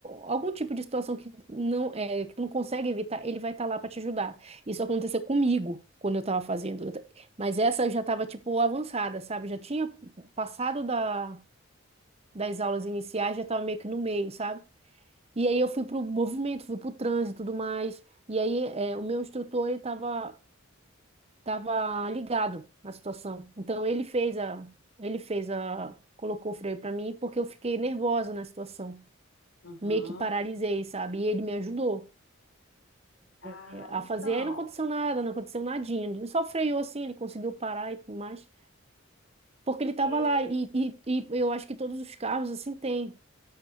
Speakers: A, on the right (about 30°); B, on the left (about 80°).
A: o- algum tipo de situação que não é, que tu não consegue evitar, ele vai estar lá para te ajudar. Isso aconteceu comigo quando eu estava fazendo, Eu ta- mas essa eu já estava tipo avançada, sabe? Já tinha passado da, das aulas iniciais, já estava meio que no meio, sabe? E aí eu fui pro movimento, fui pro trânsito e tudo mais. E aí, é, o meu instrutor, ele estava estava ligado à situação. Então ele fez a, ele fez a, colocou o freio para mim porque eu fiquei nervosa na situação.
B: Uhum.
A: Meio que paralisei, sabe? E ele me ajudou
B: Ah,
A: é, a
B: então.
A: fazer. Aí não aconteceu nada, não aconteceu nadinha. Ele só freou assim, ele conseguiu parar e tudo mais. Porque ele estava
B: É,
A: lá. E, e, e eu acho que todos os carros assim têm.